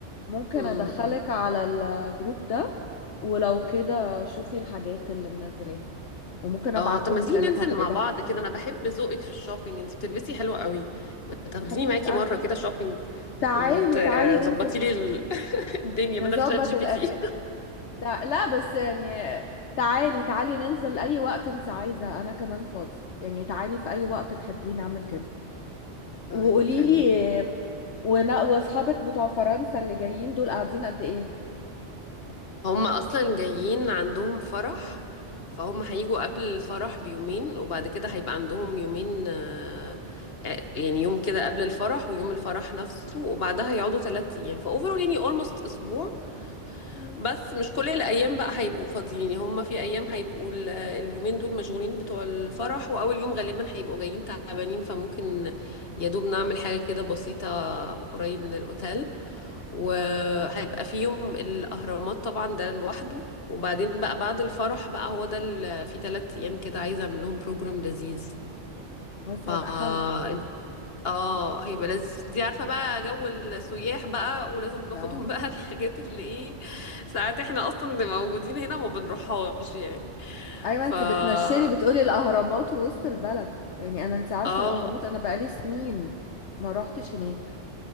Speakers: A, on the left (about 70°); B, on the left (about 55°).
A: ممكن
B: مم.
A: ادخلك على الجروب ده ولو كده شوفي الحاجات اللي منزلاها وممكن ابعتهم
B: اه طب ما
A: لك
B: تيجي
A: لانك
B: ننزل
A: هتبقي
B: مع
A: ده
B: بعض كده انا بحب ذوقك في الشوبينج انت بتلبسي حلو قوي ما تاخديني
A: حبيبه
B: معاكي
A: قلبي
B: مره كده شوبينج
A: تعالي
B: وتظبطي
A: تعالي ننزل
B: لي ال- <laughs> الدنيا بدل
A: نظبط
B: شات جي
A: الاداء
B: بي تي
A: لا لا بس يعني تعالي تعالي ننزل اي وقت انت عايزة انا كمان فاضي يعني تعالي في اي وقت تحبي نعمل كده
B: <laughs>
A: وقولي
B: طيب حلو
A: لي
B: جدا
A: ونا واصحابك بتوع فرنسا اللي جايين دول قاعدين قد ايه
B: هم اصلا جايين عندهم فرح فهم هيجوا قبل الفرح بيومين وبعد كده هيبقى عندهم يومين آه، يعني يوم كده قبل الفرح ويوم الفرح نفسه وبعدها يقعدوا ثلاث ايام فاوفرول يعني اولموست اسبوع
A: مم.
B: بس مش كل الايام بقى هيبقوا فاضيين يعني هما في ايام هيبقوا ال- اليومين دول مشغولين بتوع الفرح واول يوم غالبا هيبقوا جايين تعبانين فممكن يا دوب نعمل حاجه كده بسيطه قريب من الاوتيل وهيبقى في يوم الاهرامات طبعا ده لوحده وبعدين بقى بعد الفرح بقى هو ده ال- في ثلاث ايام كده عايزه اعمل لهم بروجرام لذيذ
A: بس
B: فانت
A: هيبقى حلو
B: اه هيبقى لذيذ انتي عارفة بقى جو السياح بقى ولازم ناخدهم
A: اه
B: بقى <laughs> الحاجات اللي ايه ساعات احنا اصلا اللي موجودين هنا ما بنروحهاش يعني
A: ايوه
B: ف
A: انت
B: اه
A: بتنشني بتقولي الاهرامات ووسط البلد يعني انا انت عارفة
B: اه
A: الاهرامات انا بقالي سنين ما روحتش هناك